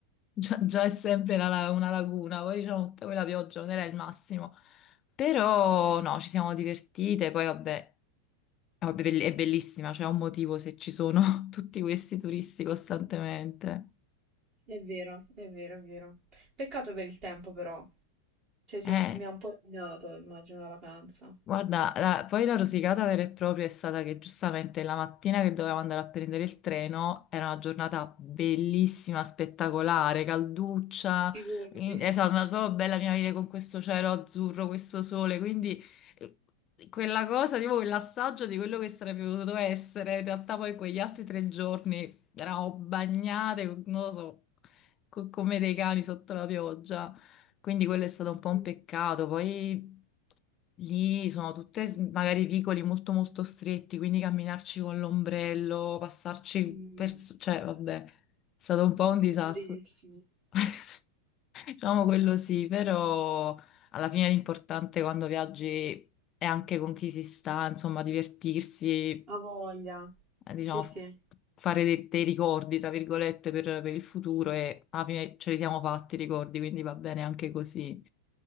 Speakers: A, on the left; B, on the right.
A: Già, già è sempre la la- una laguna, poi diciamo tutta quella pioggia non era il massimo. Però no, ci siamo divertite, poi vabbè, è bell- è bellissima, c'è un motivo se ci sono <laughs> tutti questi turisti costantemente.
B: È vero, è vero, è vero. Peccato per il tempo, però. Cioè, si
A: Eh.
B: è un- mi ha un po' rovinato, immagino, la vacanza.
A: Guarda, la- poi la rosicata vera e propria è stata che giustamente la mattina che dovevamo andare a prendere il treno era una giornata bellissima, spettacolare, calduccia,
B: Figurati.
A: in- esatto, una proprio bella primavera con questo cielo azzurro, questo sole, quindi eh, quella cosa, tipo quell'assaggio di quello che sarebbe potuto essere, in realtà poi quegli altri tre giorni eravamo bagnate, non lo so, co- come dei cani sotto la pioggia, quindi quello è stato un po'
B: Mm.
A: un peccato, poi... Lì sono tutte s- magari vicoli molto molto stretti, quindi camminarci con l'ombrello, passarci
B: Mm.
A: per... s- cioè vabbè, è stato un po' un disastro.
B: Scomodatissimo.
A: <laughs> Diciamo quello sì, però alla fine l'importante quando viaggi è anche con chi si sta, insomma, divertirsi,
B: Ha voglia.
A: eh,
B: Sì,
A: diciamo,
B: sì.
A: f- fare dei, dei ricordi, tra virgolette, per, per il futuro e alla fine ce li siamo fatti i ricordi, quindi va bene anche così.